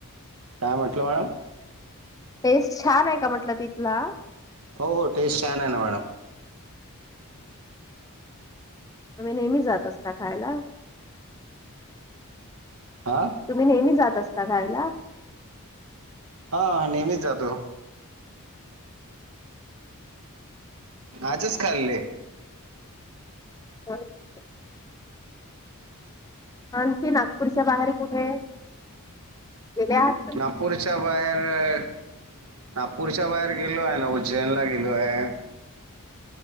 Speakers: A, on the right; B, on the left.
A: काय म्हटलं मॅडम
B: टेस्ट छान आहे का म्हटलं तिथला
A: हो, हो टेस्ट छान आहे ना मॅडम
B: तुम्ही नेहमी जात असता खायला.
A: आ.
B: तुम्ही नेहमी जात असता खायला
A: हा नेहमीच जातो. आजच खाल्ले
B: <unintelligible> आणखी नागपूरच्या बाहेर कुठे गेल्यात?
A: नागपूरच्या बाहेर होय नागपूरच्या बाहेर गेलो आहे ना उज्जैन ला गेलो आहे